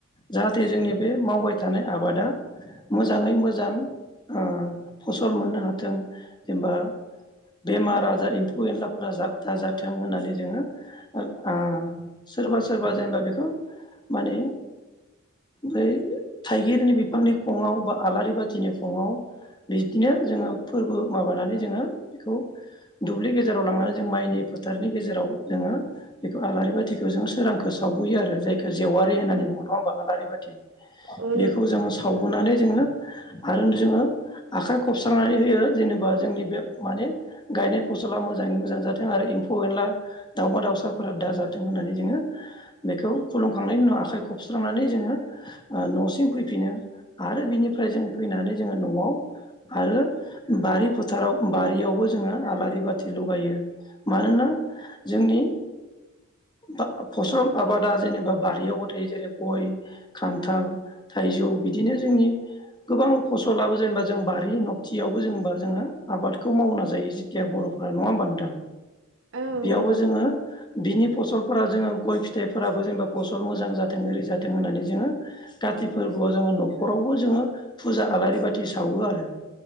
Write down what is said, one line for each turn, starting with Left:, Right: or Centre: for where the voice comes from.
Left: जाहाथे जोंनि बे मावबाय थानाय आबादा मोजाङै मोजां ओ फसल मोननो हाथों जेनेबा बेमार आजार एम्फौ एनलाफोरा दाजाथों होननानै जोङो आ सोरबा सोरबा जेनेबा बेखौ माने बै थाइगिरनि बिफांनि खङाव बा आलारि बाथिनि खङाव बिदिनो जोङो फोरबो माबानानै जोङो बेखौ दुब्लि गेजेराव लांनानै जों माइनि फोथारनि गेजेराव जोङो बेखौ आलारि बाथिखौ जोङो सोरांखौ सावबोयो आरो जायख जेवारि होननानै बुङो नङा होमबा आलारि बाथि
Right: औ
Left: बेखौ जोङो सावबोनानै जोङो आरो जोङो आखाय खबस्रनानै होयो जेनेबा जोंनि बे माने गायनाय फसला मोजाङै मोजां जाथों आरो एम्फौ एनला दावउमा दावउसि जाथों होननानै जोङो बेखौ खुलुमखांनायनि उनाव आखाइ खबस्रांनानै जोङो ओ न'सिम फैफिनो आरो बिनिफ्राय जों फैनानै जोङो न'आव आरो बारि फोथाराव बारियावबो जोङो आलारि बाथि लगायो मानोना जोंनि बा फसल आबादा जेनेबा बारियावबोथायायो जेरै गय खान्थाल थाइजौ बिदिनो जोंनि गोबां फसलाबो जेनेबा जों बारि नबथियावबो जेनेबा जोङो आबादखौ मावना जायो जेखिया बर'फोरा नङा होमब नथां
Right: औ
Left: बेयावबो
Right: नंगौ नोंथां
Left: जोङो बिनि फसलफोरा जोङो गय फिथाइफोराबो जेनेबा फसल मोजां जाथों ओरि जाथों होननानै जोङो काति फोरबोआव जोङो न'खरावबो जोङो फुजा आलारि बाथि सावो आरो